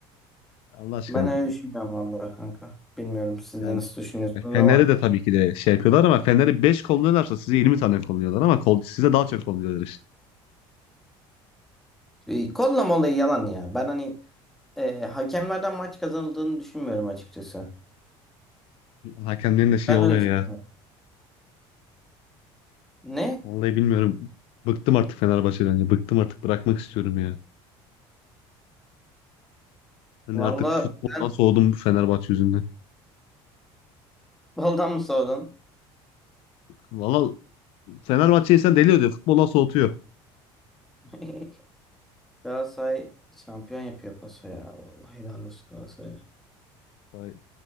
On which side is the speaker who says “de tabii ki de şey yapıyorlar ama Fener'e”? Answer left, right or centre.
Left